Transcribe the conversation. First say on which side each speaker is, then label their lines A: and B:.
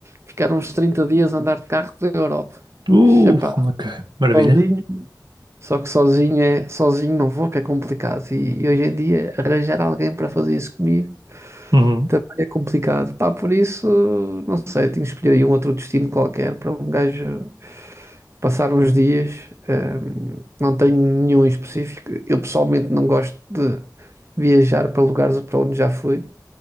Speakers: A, on the right; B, on the right.
A: ficar uns 30 dias a andar de carro pela Europa.
B: Uh,
A: Mas, Epá,
B: ok, maravilha.
A: sozinho. Só que sozinho é, sozinho não vou, que é complicado. E, e hoje em dia arranjar alguém para fazer isso comigo
B: Uhum,
A: também é complicado. Pá, por isso, não sei, tenho que escolher aí um outro destino qualquer para um gajo passar uns dias. Ahm, não tenho nenhum em específico. Eu pessoalmente não gosto de viajar para lugares para onde já fui.